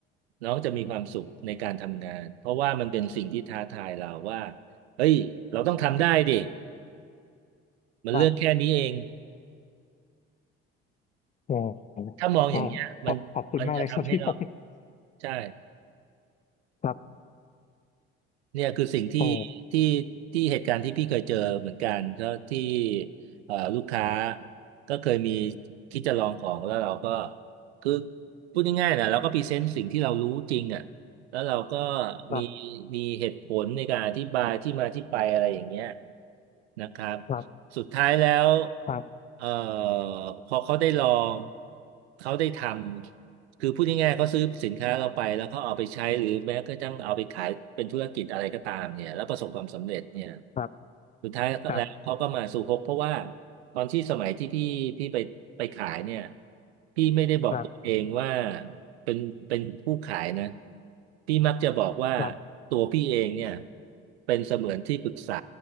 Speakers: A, on the right; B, on the left.
A: น้องจะมีความสุขในการทำงานเพราะว่ามันเป็นสิ่งที่ท้าทายเราว่าเฮ้ยเราต้องทำได้ดิมันเรื่องแค่นี้เอง
B: ครับโอ้โห
A: ถ้ามองอย่างเงี้ยมันมันจะทำให้เรา
B: ก็ขอบขอบคุณมากเลยครับพี่พ
A: ใช่
B: ครับ
A: เนี่ยคือสิ่งที่
B: โอ้
A: ที่ที่เหตุการณ์ที่พี่เคยเจอเหมือนกันก็ที่เอ่อลูกค้าก็เคยมีคิดจะลองของแล้วเราก็คือพูดง่ายๆนะเราก็พรีเซนต์สิ่งที่เรารู้จริงอ่ะแล้วเราก็
B: ครับ
A: มีมีเหตุผลในการอธิบายที่มาที่ไปอะไรอย่างเงี้ยนะครับ
B: ครับ
A: สุดท้ายแล้ว
B: ครับ
A: เอ่อพอเขาได้ลองเขาได้ทำ คือพูดง่ายๆเขาซื้อสินค้าเราไปแล้วเขาเอาไปใช้หรือแม้กระทั่งเอาไปขายเป็นธุรกิจอะไรก็ตามเนี่ยแล้วประสบความสำเร็จเนี่ย
B: ครับ
A: สุดท้ายแล้วเขาก็มาสู่ฮกเพราะว่า
B: ครับ
A: ตอนที่สมัยที่พี่พี่ไปไปขายเนี่ยพี่ไม่ได้บอกตัวเองว่า
B: ครับ
A: เป็นเป็นผู้ขายนะพี่มักจะบอกว่า
B: ครับ
A: ตัวพี่เองเนี่ยเป็นเสมือนที่ปรึกษา